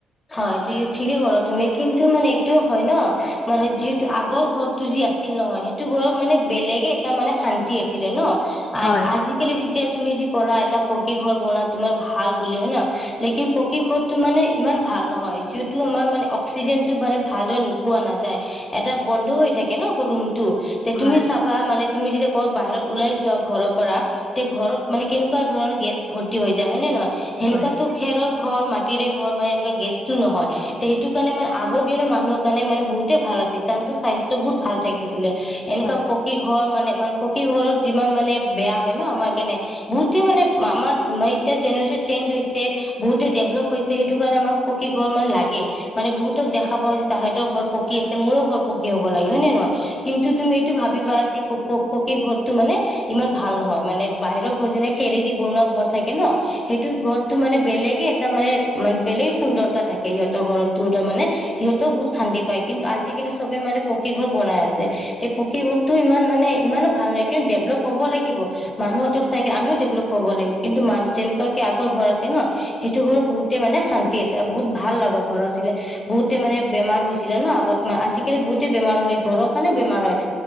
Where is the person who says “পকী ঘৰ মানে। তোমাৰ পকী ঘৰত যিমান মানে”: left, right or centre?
Left